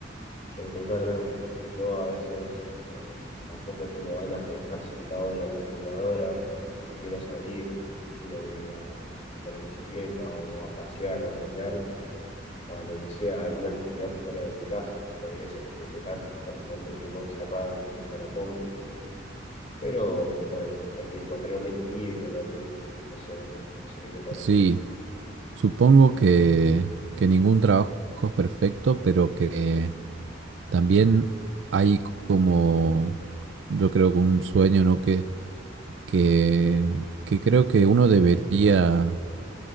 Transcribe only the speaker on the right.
Sí, supongo que, que ningún trabajo es perfecto, pero que También hay como, yo creo que un sueño, ¿no? Que, que, que creo que uno debería